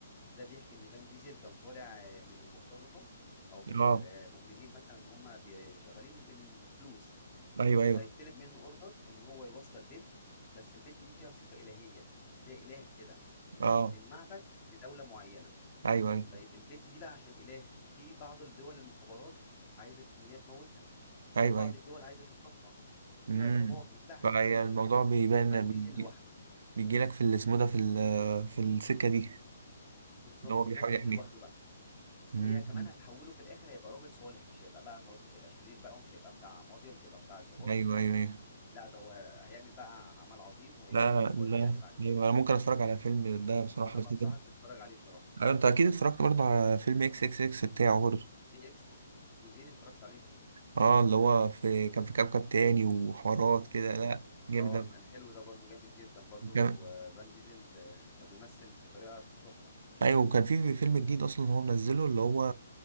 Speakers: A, on the left; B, on the right.
A: ده بيحكي ان فان ديزل كان طالع من المرتزقه او من
B: اه
A: المجرمين مثلا ان هم بي- شغالين بالفلوس
B: ايوه ايوه
A: فهيطلب منه اوردر ان هو يوصل بنت بس البنت دي فيها صفة إلهية زي إله كده
B: اه
A: من معبد لدولة معينة
B: ايوه ايوه
A: طيب البنت دي بقى عشان إله في بعض الدول المخابرات عايزة إن هي تموتها
B: ايوه
A: وفي بعض
B: ايوه
A: الدول عايزة تخطفها وفي
B: امم
A: عصابات وفي بقى حاجات
B: فهي
A: كتير
B: الموضوع بيبان
A: وفان ديزل
B: بيجي
A: لوحده
B: بيجي لك في اللي اسمه ده في ال- في السكه دي
A: بالظبط
B: ان هو بيحاول
A: وفان ديزل
B: يحميها
A: لوحده بقى
B: امم
A: وهي كمان هتحوله في الآخر هيبقى راجل صالح مش هيبقى بقى خلاص مش هيبقى شرير بقى ومش هيبقى بتاع مافيا ومش هيبقى بتاع عصابات
B: ايوه ايوه ايوه
A: لا ده هو هيعمل بقى عمل عظيم وهيبقى
B: لا
A: حد
B: لا
A: صالح
B: لا
A: يعني بعد
B: ايوه
A: كده
B: انا ممكن اتفرج على فيلم ده بصراحه
A: فأنا
B: بس
A: بنصحك
B: كده
A: تتفرج عليه بصراحة
B: ايوه انت اكيد اتفرجت برضه على فيلم اكس اكس اكس بتاعه برضه
A: دي اكس الجزئين اتفرجت عليهم
B: اه اللي هو في كان في كوكب تاني وحوارات كده
A: بالظبط
B: لا جامد
A: اه
B: أوي.
A: كان حلو ده برضو جامد جدا برضو
B: كان-
A: آه، فان ديزل آه، كان ممثل بطريقه تحفه
B: ايوه وكان في فيلم جديد اصلا هو منزله اللي هو